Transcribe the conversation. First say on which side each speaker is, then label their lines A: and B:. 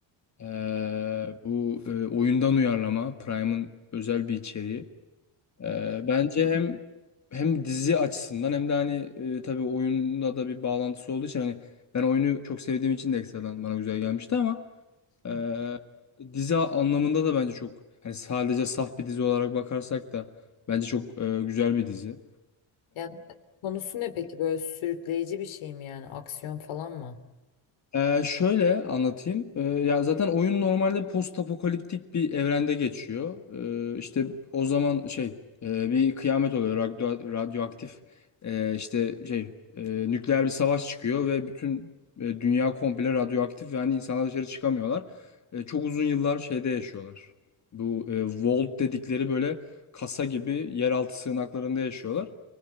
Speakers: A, on the left; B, on the left.
A: Eee, bu eee, oyundan uyarlama, Prime'ın özel bir içeriği. Eee, bence hem hem dizi açısından hem de hani eee, tabii oyunda da bir bağlantısı olduğu için hani ben oyunu çok sevdiğim için de ekstradan bana güzel gelmişti ama eee,
B: Hı.
A: dizi anlamında da bence çok hani sadece saf bir dizi olarak bakarsak da bence çok eee, güzel bir dizi.
B: Yani konusu ne peki böyle sürükleyici bir şey mi yani aksiyon falan mı?
A: Ee, şöyle anlatayım. Ee, ya zaten oyun normalde post apokaliptik bir evrende geçiyor. Ee, işte o zaman şey e, bir kıyamet oluyor. Radyo, radyoaktif e, işte şey e, nükleer bir savaş çıkıyor ve bütün e, dünya komple radyoaktif yani insanlar dışarı çıkamıyorlar. E, çok uzun yıllar şeyde yaşıyorlar. Bu e, vault dedikleri böyle kasa gibi yeraltı sığınaklarında yaşıyorlar.